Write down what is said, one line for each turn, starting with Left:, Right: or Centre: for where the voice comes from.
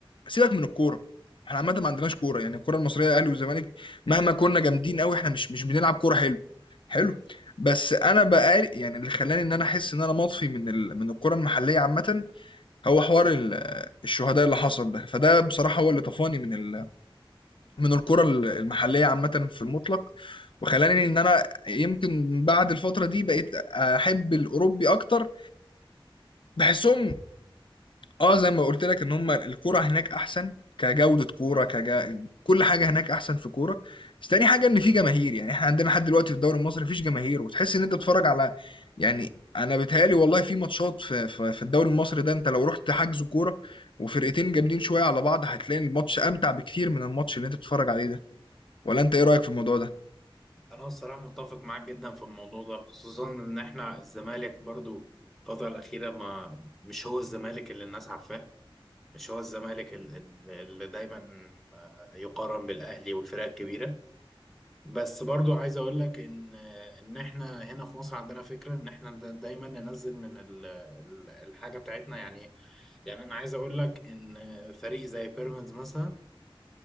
Left: سيبك من الكوره احنا عامه ما عندناش كوره يعني الكوره المصريه الاهلي والزمالك مهما كنا جامدين قوي احنا مش مش بنلعب كوره حلو حلو بس انا بقى يعني اللي خلاني ان انا احس ان انا مطفي من ال... من الكوره المحليه عامه هو حوار ال... الشهداء اللي حصل ده فده بصراحه هو اللي طفاني من ال... من الكوره ال- المحليه عامه في المطلق وخلاني ان انا يمكن بعد الفتره دي بقيت احب الاوروبي اكتر بحسهم اه زي ما قلت لك ان هم الكوره هناك احسن كجوده كوره كجا... كل حاجه هناك احسن في كوره بس تاني حاجه ان في جماهير يعني احنا عندنا لحد دلوقتي في الدوري المصري مفيش جماهير وتحس ان انت بتتفرج على يعني انا بيتهيألي والله في ماتشات في, في, في الدوري المصري ده انت لو رحت حجز كوره وفرقتين جامدين شويه على بعض هتلاقي الماتش امتع بكتير من الماتش اللي انت بتتفرج عليه ده ولا انت ايه رايك في الموضوع ده
Centre: انا الصراحه متفق معاك جدا في الموضوع ده خصوصا ان احنا الزمالك برضو الفتره الاخيره ما مش هو الزمالك اللي الناس عارفاه مش هو الزمالك ال- ال- اللي دايما آه، يقارن بالاهلي والفرق الكبيره بس برضو عايز اقول لك ان آه، ان احنا هنا في مصر عندنا فكره ان احنا دا- دايما ننزل من ال- ال- الحاجه بتاعتنا يعني يعني انا عايز اقول لك ان فريق زي بيراميدز مثلا